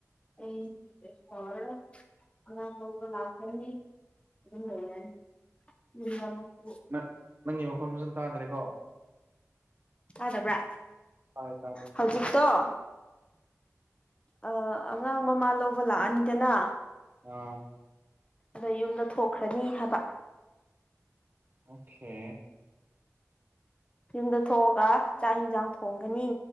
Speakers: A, on the left; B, on the right.
A: ꯑꯩ <unintelligible> ꯂꯥꯛꯈ꯭ꯔꯅꯤ <unintelligible>
B: ꯅꯪ <unintelligible> ꯐꯣꯟ ꯐꯖꯅꯥ ꯇꯥꯗ꯭ꯔꯦꯀꯣ
A: ꯇꯥꯗꯕ꯭ꯔꯥ
B: ꯇꯥꯔꯦ ꯇꯥꯔꯦ ꯑꯃꯨꯛꯀꯥ
A: ꯍꯧꯖꯤꯛꯇꯣ ꯑ ꯑꯉꯥꯡ ꯃꯃꯥ ꯂꯧꯕ ꯂꯥꯛꯑꯅꯤꯗꯅ
B: ꯑ
A: ꯑꯗ ꯌꯨꯝꯗ ꯊꯣꯛꯈ꯭ꯔꯅꯤ ꯍꯥꯏꯕ
B: ꯑꯣꯀꯦ
A: ꯌꯨꯝꯗ ꯊꯣꯛꯑꯒ ꯆꯥꯛ ꯌꯦꯟꯁꯥꯡ ꯊꯣꯡꯒꯅꯤ